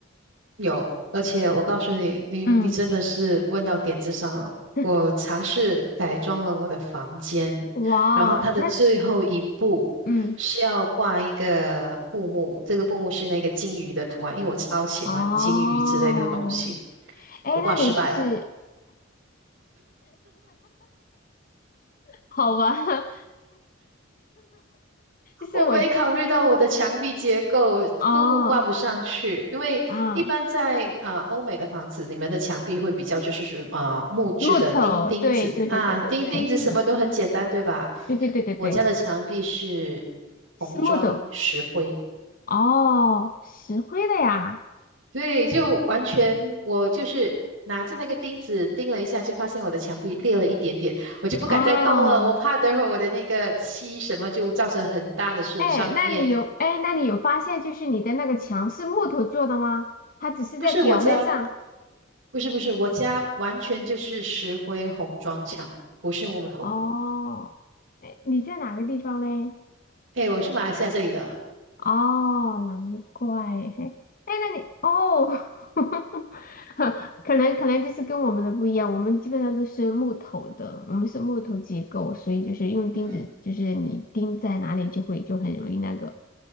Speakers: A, on the right; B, on the left.
A: 有，而且我告诉你，你你真的是问到点子上了。
B: 嗯，<laughs>
A: 我尝试改装了我的房间，
B: 哇，
A: 然后它的哦最后一步是要挂一个布幕，
B: 那是，嗯，
A: 这个布幕是那个金鱼的图案，因为我超喜欢金鱼之类的东西，
B: 哦，哎，
A: 我挂失败了。
B: 那你就是好吧，<laughs> 就是我，
A: 我没考虑到我的墙壁结构，
B: 哦，
A: 布幕挂不上去，因为一般在啊、
B: 啊，
A: 呃欧美的房子，你们的墙壁会比较就是是啊、呃木质的钉钉子啊，
B: 木头，对对对对对对，
A: 钉钉子什么都很简单，
B: 是的，
A: 对吧？
B: 对对对对对，
A: 我家的墙壁是
B: 是木头，
A: 红砖石灰，
B: 哦，石灰的呀，
A: 对，就完全我就是拿着那个钉子钉了一下，就发现我的墙壁裂了一点点，我就不敢再动了，
B: 哦。
A: 我怕等会儿我的那个漆什么就造成很大的损伤面了。
B: 哎，那你有哎，那你有发现就是你的那个墙是木头做的吗？它只是在表面上。
A: 不是我家。不是不是，我家完全就是石灰红砖墙，不是木头。
B: 哦，哎，你在哪个地方嘞？
A: 哎，我是马来西亚这里的，
B: 哦，难怪。嘿，哎，那你哦，<laughs> 可能可能就是跟我们的不一样，我们基本上都是木头的，我们是木头结构，所以就是用钉子，
A: 嗯，
B: 就是你钉在哪里就会就很容易那个。